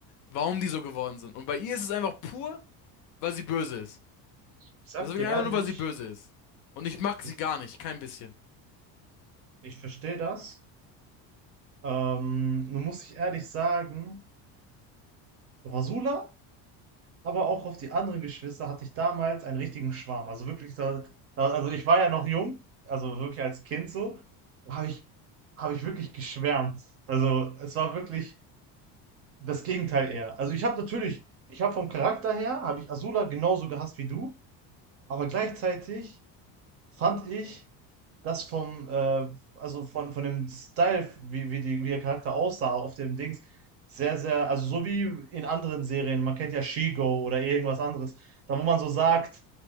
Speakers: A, on the left; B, on the right.
A: warum die so geworden sind. Und bei ihr ist es einfach pur, weil sie böse ist.
B: Ich sag
A: Das ist
B: dir
A: wirklich
B: ehrlich,
A: einfach nur, weil sie böse ist. Und ich mag
B: ich,
A: sie gar nicht, kein bisschen.
B: ich verstehe das. Ähm, nun muss ich ehrlich sagen, Rasula, aber auch auf die anderen Geschwister hatte ich damals einen richtigen Schwarm. Also wirklich, da, da- also ich war ja noch jung, also wirklich als Kind so, habe ich, habe ich wirklich geschwärmt. Also es war wirklich das Gegenteil eher. Also ich habe natürlich, ich habe vom Charakter her, habe ich Azula genauso gehasst wie du, aber gleichzeitig fand ich das vom, äh, also von, von dem Style, wie, wie, die, wie der Charakter aussah auf dem Dings, sehr, sehr, also so wie in anderen Serien, man kennt ja She-Go oder irgendwas anderes, da wo man so sagt,